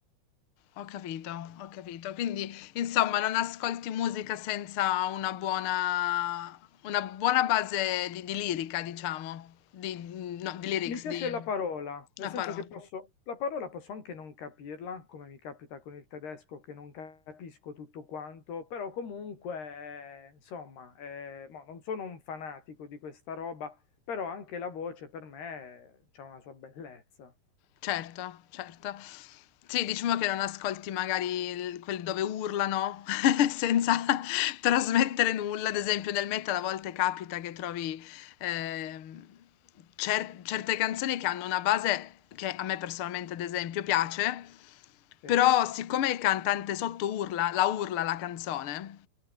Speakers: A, on the left (about 55°); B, on the left (about 85°).
A: ho capito, ho capito. Quindi, insomma, non ascolti musica senza una buona, una buona base di, di lirica, diciamo, di, no, di lyrics,
B: Mi piace
A: di
B: la parola, nel
A: una
B: senso
A: parola.
B: che posso, la parola posso anche non capirla, come mi capita con il tedesco che non capisco tutto quanto, però comunque, eh, insomma, eh, mo, non sono un fanatico di questa roba, però anche la voce per me ha una sua bellezza.
A: Certo, certo. Sì, diciamo che non ascolti magari il quelli dove urlano <laughs> senza trasmettere nulla. Ad esempio nel metal a volte capita che trovi, ehm, cer certe canzoni che hanno una base che a me personalmente ad esempio piace,
B: Sì,
A: però siccome il cantante sotto urla la urla la canzone